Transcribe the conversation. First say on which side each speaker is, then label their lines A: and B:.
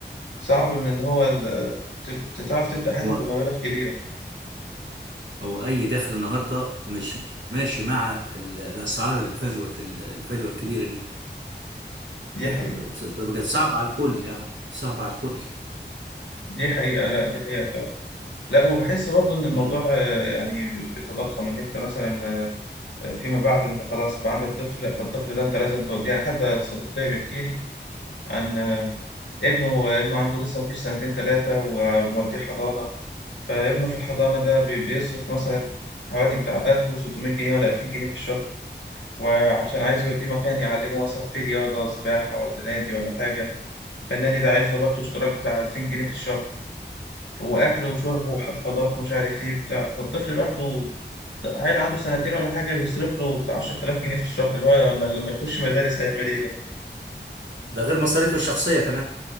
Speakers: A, on the left (about 80°); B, on the right (about 75°).
A: صعب من ان هو ال- تب- تعرف تبدأ حياتك
B: هو
A: بمبالغ كبيرة
B: هو اي دخل النهارده مش ماشي مع ال- الاسعار الفجوه الفجوه الكبيره دي
A: دي
B: ف-
A: حقيقة
B: بقت صعبه على الكل يعني صعبه على الكل
A: دي حقيقة لا دي حقيقة فعلا لا وبحس برضه ان الموضوع
B: مم.
A: آه، يعني بيتضخم ان انت مثلا آه، فيما بعد انت خلاص بقى عندك طفل فالطفل ده انت لازم توديه يعني حد صديق ليا بيحكي لي عن آه، ابنه ابنه عنده لسه مفيش سنتين ثلاثة وموديه حضانة فابنه في الحضانة ده بي- بيصرف مثلا حوالي بتاع 1600 جنيه ولا 2000 جنيه في الشهر وعشان عايز يوديه مكان يعلمه مثلا في رياضة سباحة ولا نادي ولا حاجة فالنادي ده عايز له برضه اشتراك بتاع 2000 جنيه في الشهر ف- وأكل وشرب وحفاضات ومش عارف إيه وبتاع فالطفل لوحده ط- عيل عنده سنتين ولا حاجة بيصرف له بتاع 10000 جنيه في الشهر اللي هو لما لما يخش مدارس هيعمل إيه ده
B: ده غير مصاريفه الشخصيه كمان